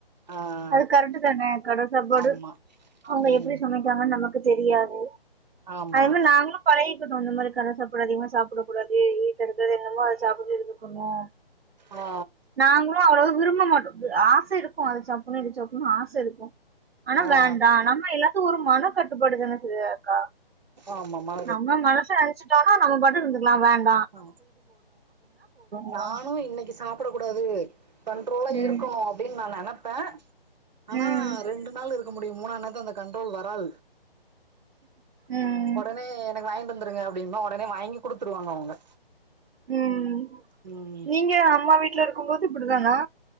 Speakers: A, on the right (about 45°); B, on the right (about 80°).
A: ஆ
B: அது கரெக்ட் தான கட சாப்பாடு
A: ஆமா
B: அவங்க
A: ம்
B: எப்டி சமைக் க்ராங்கன்னு நமக்கு தெரியாது
A: ஆமா
B: அதே மாரி நாங்களும் பழகிக்கட்டோ அந்த மாரி கட சாப்பாடு அதிகமா சாப்பிடக்கூடாது வீட்டுல இருக்கிறது என்னமோ அத சப்பிட்டு இருக்கணு
A: ஆ
B: நாங்களும் அவ்வளவு விரும்ப மாட்டோ ஆச இருக்கும் அத சாப்புணும் இத சாப்புணுன்னு ஆச இருக்கும் ஆனா
A: ஆ
B: வேண்டா நம்ம எல்லாத்தும் ஒரு மன கட்டுப்பாடு தான ஸ் அக்கா
A: ஆமாமா
B: நம்ம மனசுல நெச்சுட்டோனா நம்ம பாட்டுட்டு இருந்துக்கலா வேண்
A: ஆ
B: அவ்ளோதா
A: நானும் இன்னிக்கு சாப் ப்படக்க கூடாது கண்ட்ரோலா
B: ம்
A: இருக்கணும் அப்டின்னு நா நெனப்பே ஆனா
B: ம்
A: ரெண்டு நாள் இருக்க முடியும் மூனா நாளு அந்த கண்ட்ரோல் வராது
B: ம்
A: ஒடனே எனக்கு வாங்கிட்டு வந்துருங்க அப்படிம்பா ஒடனே வாங்கி குடுத்துருவாங்க அவங்க
B: ம்
A: ம்
B: நீங்க அம்மா வீட்ல இருக்கும்போது இப்டிதானா